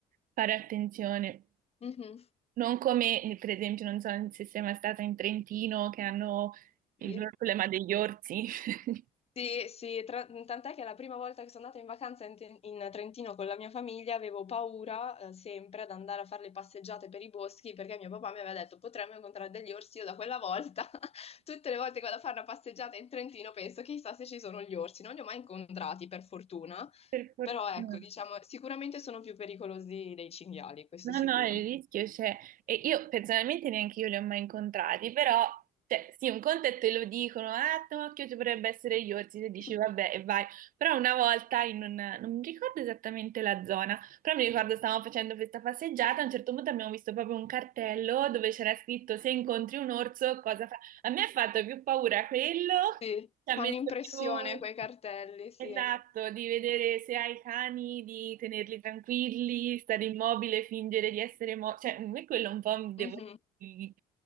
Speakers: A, on the right (about 60°); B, on the left (about 40°).
A: fare attenzione.
B: Mhm.
A: Non come, per esempio, non so se sei mai stata in Trentino, che hanno il
B: Sì.
A: problema degli orsi. <laughs>
B: Sì, sì, tra- tant'è che la prima volta che sono andata in vacanza in, Ten- in Trentino con la mia famiglia avevo paura, eh, sempre ad andare a fare le passeggiate per i boschi perché mio papà mi aveva detto potremmo incontrare degli orsi. Io da quella volta, <laughs> tutte le volte che vado a fare una passeggiata in Trentino, penso chissà se ci sono gli orsi. Non li ho mai incontrati, per fortuna,
A: per fortuna.
B: però ecco, diciamo, sicuramente sono più pericolosi dei cinghiali, questo
A: No,
B: sicuro.
A: no, il rischio c'è. E io personalmente neanche io li ho mai incontrati, però, cioè, sì, un conto è te lo dicono, ah, no, occhio, ci potrebbe essere gli orsi,
B: <laughs>
A: se dici vabbè e vai. Però una volta, in un- non mi ricordo esattamente la zona, però mi ricordo stavamo facendo questa passeggiata, a un certo punto abbiamo visto proprio un cartello dove c'era scritto se incontri un orso cosa a me ha fatto più paura quello,
B: Sì,
A: ci ha
B: fanno
A: messo
B: impressione
A: più...
B: quei cartelli, sì.
A: Esatto, di vedere se hai i cani, di tenerli tranquilli, stare immobile, fingere di essere morto. Cioè, a me quello un po' mi devo
B: Mhm.
A: dire,